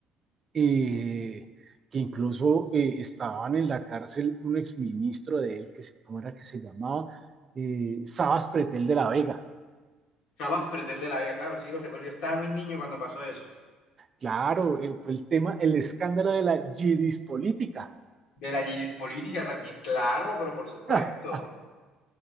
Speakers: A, on the right; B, on the left.
A: eh, que incluso eh, estaban en la cárcel un exministro de él, que se- ¿cómo era que se llamaba? Eh, Sabas Pretel de la Vega.
B: Cabas pretende la Vega, claro, sí, los recuerdo. Yo estaba muy niño cuando pasó eso.
A: Claro, el- fue el tema, el escándalo de la yidis política.
B: De la política también, claro, pero por supuesto.
A: <laughs>